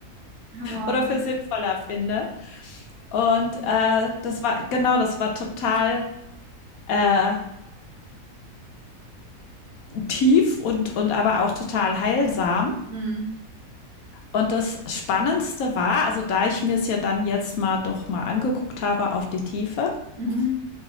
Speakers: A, on the right (about 75°); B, on the left (about 70°).
A: Oh, Wow.
B: oder für sinnvoller finde. Und äh, das war, genau, das war total äh, tief und, und aber auch total heilsam.
A: Mhm.
B: Und das Spannendste war, also da ich mir es ja dann jetzt mal doch mal angeguckt habe auf die Tiefe,
A: Mhm.